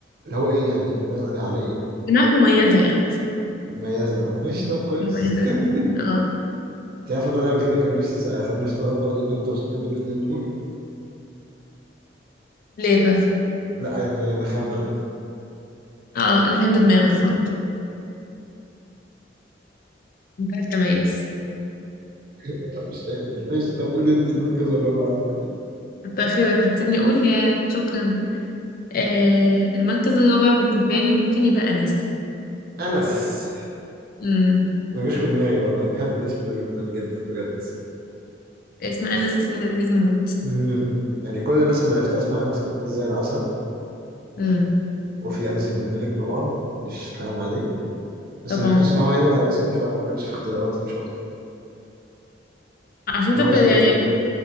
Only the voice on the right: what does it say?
اللي هو ايه يعني ايه بناء عليها على ايه
مميزه اه مش طب كويس
<laughs>
انت عارف ان انا قبل كده كان نفسي اخلف طبقه ولد وبنت واسيب لهم الاثنين دول
لا يعني انا بخام عادي
<laughs> مش قادر مش طب قول انت المركز الرابع عندك مين
انس
ما جاش في دماغي والله بحب الاسم ده جدا جدا بجد
امم يعني كل الناس اللي عرفتها اسمها انس كانت ناس زي العسل
وفي انس بن مالك طبعا مفيش كلام عليه بس
مش بحس ان هو هي على اسمي فما كانش في اختياراتي مش اكتر
هو اسم جميل
أوي